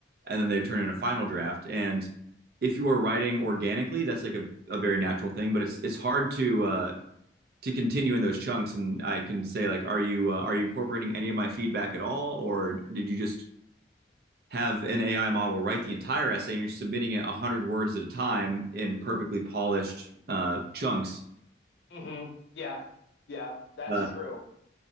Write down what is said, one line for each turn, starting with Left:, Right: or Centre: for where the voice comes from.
Right: and then they'd turn in a final draft. And if you are writing organically, that's like a, a very natural thing. But it's it's hard to uh, to continue in those chunks. And I can say like, are you uh, are you incorporating any of my feedback at all, or did you just have an AI model write the entire essay, and you're submitting it 100 words at a time in perfectly polished uh, chunks.
Left: Mm-hmm. Yeah. Yeah. That's
Right: Uh,
Left: true.